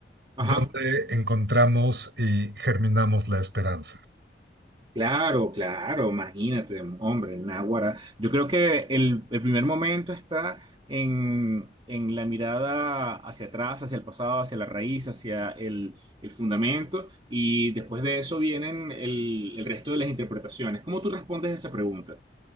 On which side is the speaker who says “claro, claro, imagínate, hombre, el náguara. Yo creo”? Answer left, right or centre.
Right